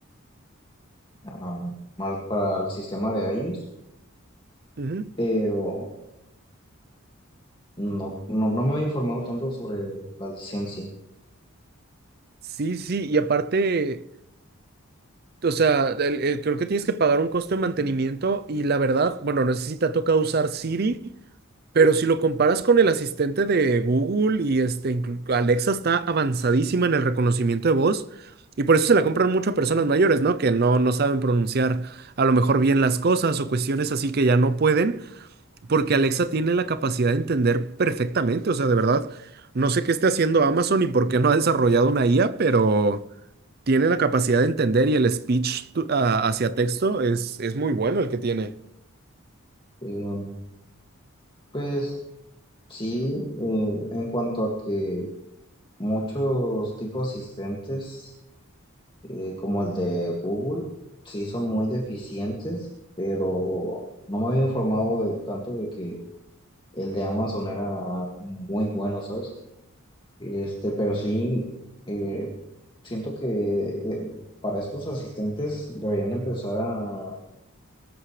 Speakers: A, on the left; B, on the right.
A: ah, mal- para el sistema de iOS,
B: ujú,
A: pero no, no, no me había informado tanto sobre la licencia.
B: sí, sí, y aparte, o sea, el- el- creo que tienes que pagar un costo de mantenimiento y la verdad, bueno, no sé si te ha tocado usar Siri, Pero si lo comparas con el asistente de Google y este, inclu- Alexa está avanzadísima en el reconocimiento de voz y por eso se la compran mucho a personas mayores, ¿no? Que no, no saben pronunciar a lo mejor bien las cosas o cuestiones así que ya no pueden, porque Alexa tiene la capacidad de entender perfectamente, o sea, de verdad, no sé qué esté haciendo Amazon y por qué no ha desarrollado una IA, pero tiene la capacidad de entender y el speech to- a- hacia texto es, es muy bueno el que tiene.
A: Eh, pues sí, eh, en cuanto a que muchos tipos asistentes eh, como el de Google, sí son muy deficientes, pero no me había informado de, tanto de que el de Amazon era muy bueno, ¿sabes? Este, pero sí, eh, siento que de- para estos asistentes deberían empezar a,